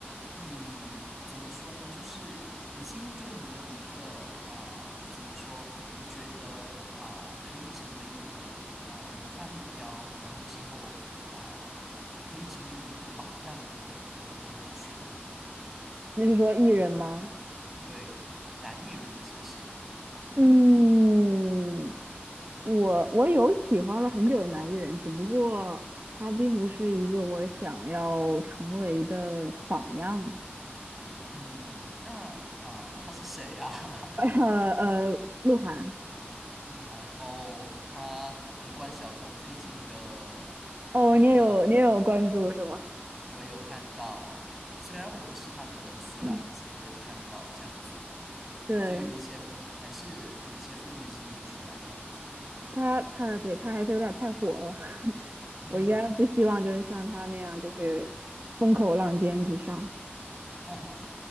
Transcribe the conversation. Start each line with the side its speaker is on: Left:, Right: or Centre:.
Centre: 你怎么说呢？就是你心目中有没有一个呃，怎么说？你觉得啊、呃可以成为你的啊、呃模范目标，然后之后啊、呃可以成为你一个榜样的一个一个人选啊？
Right: 那是说艺人吗？
Centre: 对，男艺人，而且是，
Right: 嗯，我我有喜欢了很久的男艺人，只不过他并不是一个我想要成为的榜样。
Centre: 嗯，那啊、呃他是谁啊？<laughs>
Right: <laughs> 呃呃，鹿晗。
Centre: 鹿晗哦，他和关晓彤最近的那个
Right: 哦，你也有你也有关注是吗？
Centre: 我有看到，虽然我不是他的粉丝啦，
Right: <clears throat>
Centre: 可是我有看到这样子，
Right: 对，
Centre: 就有一些还是有一些负面新闻出来这样子。
Right: 他他对他还是有点太火了，<laughs>
Centre: 嗯，
Right: 我应该不希望就是像他那样就是风口浪尖之上。
Centre: <laughs> 哈哈，